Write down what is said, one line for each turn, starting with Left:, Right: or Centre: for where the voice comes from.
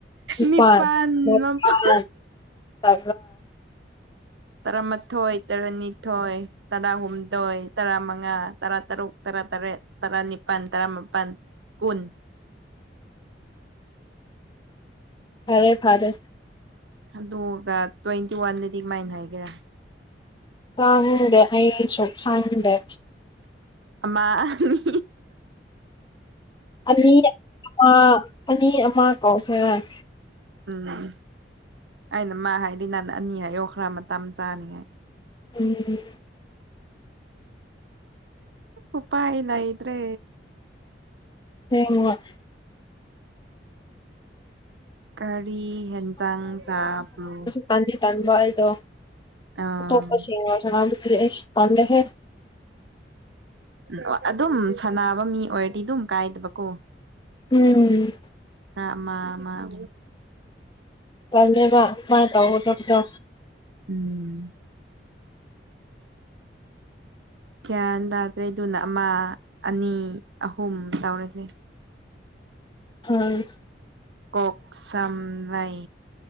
Left: ꯏꯄꯥꯥꯟ
Right: ꯅꯤꯄꯥꯟ
Left: ꯃꯄꯥꯟ
Right: ꯃꯥꯄꯟ
Left: ꯇꯥ
Right: ꯇꯔꯥꯃꯊꯣꯣꯏ ꯇꯔꯅꯤꯊꯣꯏ ꯇꯔꯥꯍꯨꯝꯗꯣꯏ ꯇꯔꯥꯃꯉꯥ ꯇꯔꯥ ꯇꯔꯨꯛ ꯇꯔꯥ ꯇꯔꯦꯠ ꯇꯔꯥꯅꯤꯄꯥꯜ ꯇꯔꯥꯃꯥꯄꯜ ꯀꯨꯟ
Left: ꯐꯔꯦ ꯐꯔꯦ
Right: ꯑꯗꯨꯒ ꯇ꯭ꯋꯦꯟꯇꯤ ꯋꯥꯟꯗꯗꯤ ꯀꯃꯥꯏꯅ ꯍꯥꯏꯒꯦꯔꯥ
Left: ꯀꯗ ꯑꯁꯨꯁꯨ ꯀꯗ
Right: ꯑꯃ ꯃꯤ
Left: ꯑꯅꯤ ꯑꯃ ꯑꯅꯤ ꯑꯃ ꯀꯧ ꯁꯦꯔ
Right: ꯎꯝ ꯑꯩꯅ ꯃꯥ ꯍꯥꯏꯗꯤ ꯅꯪꯅ ꯑꯅꯤ ꯍꯥꯏꯌꯣ ꯈꯔ ꯃꯇꯝ ꯆꯥꯅꯤꯡꯉꯥꯏ
Left: ꯎꯝ
Right: ꯎꯄꯥꯏ ꯂꯩꯇ꯭ꯔꯦ
Left: ꯍꯌꯦꯡꯋ
Right: ꯀꯥꯔꯤ ꯍꯦꯟꯖꯥꯡ ꯆꯥꯕ꯭ꯔꯣ
Left: ꯇꯥꯟꯗꯤ ꯇꯟꯕ ꯑꯩꯗꯣ
Right: ꯑꯥ
Left: ꯑꯇꯣꯞꯄꯁꯤꯡꯒ ꯁꯅꯥꯕꯗꯨꯗꯤ ꯑꯩꯁ ꯇꯜꯂꯦꯍꯦ
Right: ꯑꯣ ꯑꯗꯨꯝ ꯁꯥꯟꯅꯕ ꯃꯤ ꯑꯣꯏꯔꯗꯤ ꯑꯗꯨꯝ ꯀꯥꯏꯗꯕꯀꯣ
Left: ꯎꯝ
Right: ꯐꯥ ꯃ ꯃꯥꯥ
Left: ꯇꯜꯂꯦꯕ ꯁꯨꯃꯥꯥꯏ ꯇꯧꯒꯗꯕꯗꯣ
Right: ꯎꯝ ꯒ꯭ꯌꯥꯟ ꯇꯥꯗ꯭ꯔꯦꯗꯨꯅ ꯑꯃ ꯑꯅꯤ ꯑꯍꯨꯝ ꯇꯧꯔꯤꯁꯦ
Left: ꯍꯝ
Right: ꯀꯣꯛ ꯁꯝ ꯂꯥꯏ